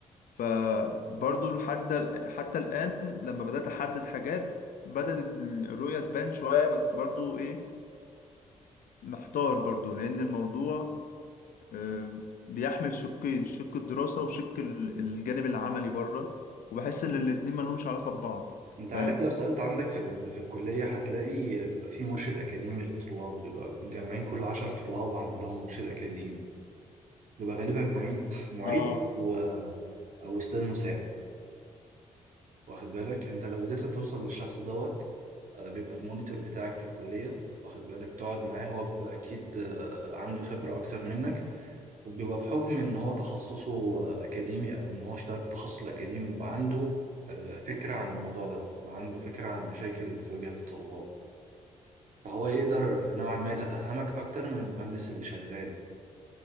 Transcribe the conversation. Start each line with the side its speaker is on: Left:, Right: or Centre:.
Left: فبرضو لحد ال- حتى الان لما بدات احدد حاجات بدات ال- الرؤيه تبان شويه بس برضو ايه محتار برضو لان الموضوع آه، بيحمل شقين شق الدراسه وشق ال- الجانب العملي بره وبحس ان الاتنين ما لهمش علاقه ببعض
Right: انت عارف
Left: فاهم
Right: لو سألت عندك في ال... في الكلية هتلاقي بيبقى في مرشد أكاديمي للطلاب بيبقى مجمعين كل عشر طلاب وعامل لهم مرشد أكاديمي بيبقى غالبا معيد معيد
Left: اه
Right: و... أو أستاذ مساعد واخد بالك انت لو قدرت توصل للشخص دوت آه، بيبقى المونيتور بتاعك في الكلية واخد بالك تقعد معاه هو بيبقى أكيد آه، عنده خبرة أكتر منك وبيبقى بحكم ان هو تخصصه آه، اكاديمي او ان هو اشتغل في التخصص الاكاديمي بيبقى عنده آه، فكرة عن الموضوع دوت بيبقى عنده فكرة عن المشاكل اللي بتواجه الطلاب فهو يقدر نوعا ما يتفهمك اكتر من المهندس اللي شغال